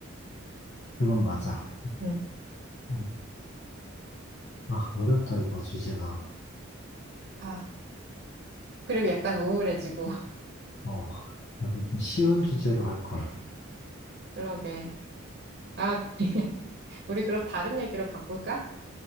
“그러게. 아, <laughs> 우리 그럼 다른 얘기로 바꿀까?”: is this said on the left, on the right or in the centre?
Right